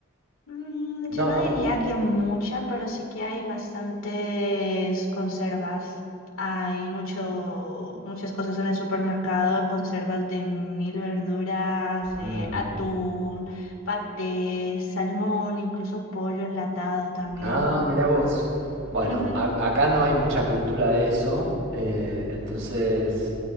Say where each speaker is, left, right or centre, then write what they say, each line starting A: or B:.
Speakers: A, on the left; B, on the right.
A: Mm,
B: No,
A: yo no
B: ¿no?
A: diría que mucha, pero sí que hay bastantes conservas. Hay mucho, muchas cosas en el supermercado, conservas de mil verduras, de
B: Mm.
A: atún, paté, salmón, incluso pollo enlatado también.
B: Ah, mirá vos. Bueno,
A: Ujú,
B: a- acá no hay mucha cultura de eso, eh, entonces,